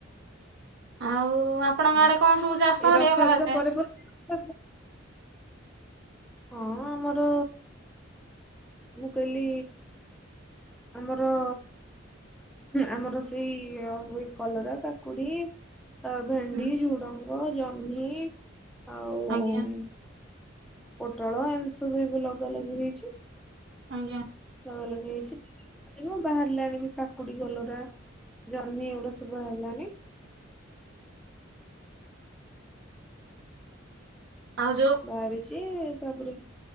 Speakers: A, on the right; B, in the centre.
A: ଆଉ ହଉ
B: ଆଚ୍ଛା
A: ଆପଣଙ୍କ ଆଡେ କଣ ସବୁ ଚାଷ
B: ଏ
A: ହରିବା
B: ରଥଯାତ୍ରା
A: କରାଯାଏ
B: <unintelligible> ହଁ ଆମର ମୁଁ କହିଲି ଆମର ଆମର ସେଇ ହୁଏ କଲରା, କାକୁଡି। ଆ ଭେଣ୍ଡି,
A: ହୁଁ
B: ଝୁଡଙ୍ଗ, ଜହ୍ନି ଆଉ
A: ଆଜ୍ଞା
B: ଉଁ, ପୋଟଳ ଏମିତି ସବୁ ଏବେ ଲଗା ଲଗି ହେଇଛି
A: ଆଜ୍ଞା
B: ଲଗା ଲଗି ହେଇଛି ବାହାରିଲାଣିି କାକୁଡି, କଲରା, ଜହ୍ନହିଁ ଏଗୁଡା ସବୁ ଶୁଭ ହେଲାଣି
A: ଆଉ ଯୋଉ
B: ବାହାରିଛି ତାପରେ